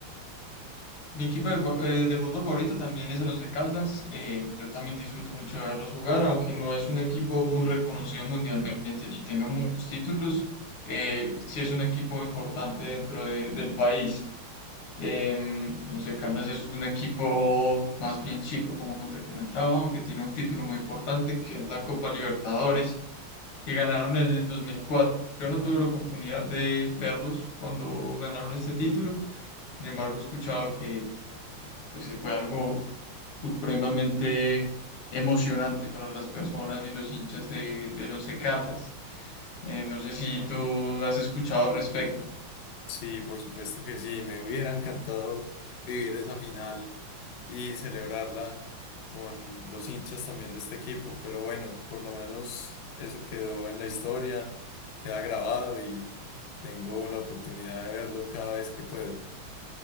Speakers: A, on the left (about 90°); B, on the left (about 70°).
A: Mi equipo de, fa- eh, de fútbol favorito también es el Once Caldas. Eh, yo también disfruto mucho de verlos jugar, aunque no es un equipo muy reconocido mundialmente ni tenga muchos títulos. Eh, sí es un equipo importante dentro de- del país. Eh, el Once Caldas es un equipo más bien chico, como te comentaba, aunque tiene un título muy importante que es la Copa Libertadores, que ganaron en el 2004. Yo no tuve la oportunidad de verlos cuando ganaron este título. Sin embargo, he escuchado que pues eh, fue algo supremamente emocionante para las personas y los hinchas de, del Once Caldas. Eh, no sé si tú has escuchado al respecto.
B: Sí, por supuesto que sí, me hubiera encantado vivir esa final y celebrarla con los hinchas también de este equipo, pero bueno, por lo menos eso quedó en la historia, queda grabado y tengo la oportunidad de verlo cada vez que puedo.